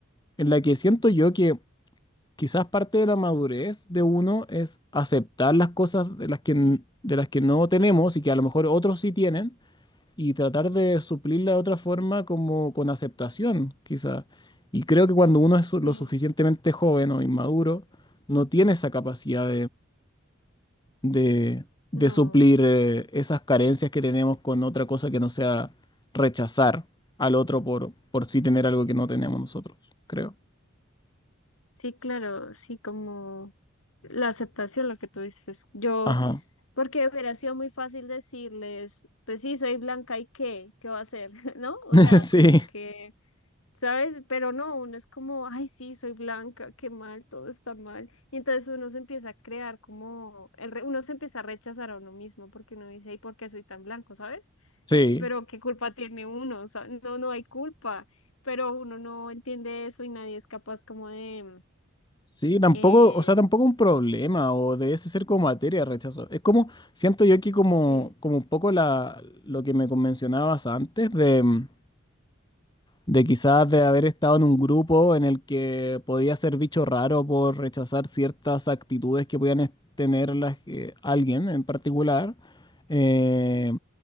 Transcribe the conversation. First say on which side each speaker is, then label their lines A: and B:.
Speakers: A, on the left (about 20°); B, on the left (about 85°).
A: en la que siento yo que quizás parte de la madurez de uno es aceptar las cosas de las que, n- de las que no tenemos y que a lo mejor otros sí tienen y tratar de suplirla de otra forma como con aceptación, quizás. Y creo que cuando uno es su- lo
B: Sí,
A: suficientemente joven o inmaduro, no tiene esa capacidad de, de
B: no.
A: suplir eh, esas carencias que tenemos con otra cosa que no sea rechazar al otro por, por sí tener algo que no tenemos nosotros, creo.
B: Sí, claro, sí, como la aceptación, lo que tú dices. Yo,
A: Ajá.
B: porque hubiera sido muy fácil decirles, pues sí, soy blanca y qué, ¿qué va a hacer? <laughs> ¿No? O
A: <laughs>
B: sea,
A: Sí,
B: como que ¿Sabes? Pero no, uno es como, ay, sí, soy blanca, qué mal, todo está mal. Y entonces uno se empieza a crear como, el re- uno se empieza a rechazar a uno mismo porque uno dice, ¿y por qué soy tan blanco? ¿Sabes?
A: sí.
B: Pero ¿qué culpa tiene uno? O sea, no, no hay culpa, pero uno no entiende eso y nadie es capaz como de...
A: Sí, tampoco,
B: Eh,
A: o sea, tampoco un problema o debe ser como materia de rechazo. Es como, siento yo aquí como,
B: sí.
A: como un poco la, lo que me mencionabas antes de... mm, de quizás de haber estado en un grupo en el que podía ser bicho raro por rechazar ciertas actitudes que podían es- tener las- eh, alguien en particular, eh,